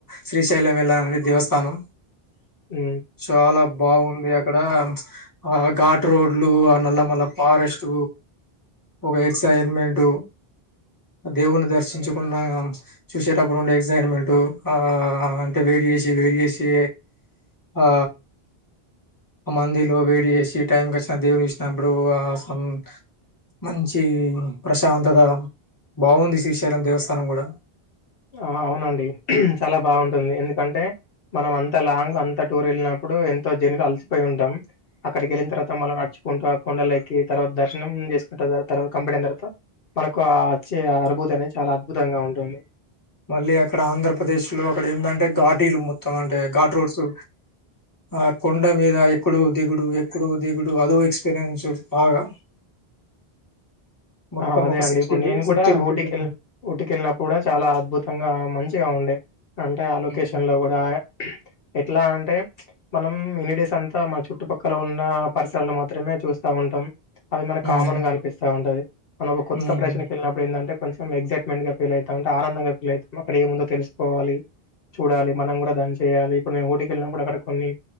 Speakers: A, on the left; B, on the left.
A: శ్రీశైలం వెళ్లానండి దేవస్థానం
B: ఉమ్
A: చాలా బాగుంది అక్ అక్కడ ఆ ఘాట్ రోడ్లు ఆ నల్లమల్ల ఫారెస్ట్ ఒక ఎక్సైన్మెంట్ దేవుని దర్శించుకున్న చూసేటప్పుడు ఉండే ఎక్సైట్మెంట్ ఆ అంటే వెయిట్ చేసి వెయిట్ చేసి ఆ ఆ మందిలో వెయిట్ చేసి టైంకి వచ్చిన దేవుడు చసినప్పుడు ఆ సన్ మంచి ప్రశాంతత బాగుంది శ్రీశైలం దేవస్థానం కూడా
B: ఆ అవునండి చాలా బాగుంటుంది ఎందుకంటే మనం అంత లాంగ్ అంత టూర్ వెళ్ళినప్పుడు ఎంతో జర్నీలు అలసిపోయి ఉంటాం అక్కడికి వెళ్ళిన తర్వాత మల్లా నడుచుకుంటూ ఆ కొండ లేక్ కేకీ తర్వాత దర్శనం చేసుకుంటా తర్వాత కంప్లీట్ అయిన తర్వాత మనకు ఆ వచ్చే అనుభూతి అనేది చాలా అద్భుతంగా ఉంటుంది
A: మళ్ళీ అక్కడ ఆంధ్రప్రదేశ్ లో అక్కడ ఏందంటే ఘాటీలు మొత్తం. అంటే ఘాట్ రోడ్స్! ఆ కొండ మీద ఎక్కడ దిగుడు ఎక్కడ దిగుడు అదో ఎక్స్పీరియన్స్ బాగా, మొత్తం
B: ఆ అదే
A: ఒక
B: అండి
A: సిక్స్టీ
B: ఇప్పుడు
A: ఫి
B: నేను
A: సిక్స్టీ
B: కూడా
A: ఫిఫ్టీ
B: ఊటీ కెల్ ఊటీ కెళ్ళినప్పుడు కూడా చాలా అద్భుత మంగా మంచిగా ఉండే అంటే ఆ లొకేషన్
A: హ్మ్
B: లో కూడా ఎట్లా అంటే ఉహ్ మనం ఇన్ని డేస్ అంతా మన చుట్టుపక్కల ఉన్న పరిష్కరాలు మాత్రమే చూస్తా ఉంటాం అది మనకు
A: హ్మ్
B: కామన్
A: హ్మ్.
B: గా అనిపిస్తా ఉంటది మనము కొత్త
A: హ్మ్.
B: ప్రదేశానికి వెళ్ళినప్పుడు ఏంది అంటే కొంచెం ఎక్సైట్మెంట్ గా ఫీల్ అయితా ఉంటా అంటే ఆనందంగా ఫీల్ అవుతాం అక్కడ ఏముందో తెలుసుకోవాలి చూడాలి మనం కూడా దాన్ని చేయాలి ఇప్పుడు మేము ఊటీ కి వెళ్లినప్పుడు అక్కడ కొన్ని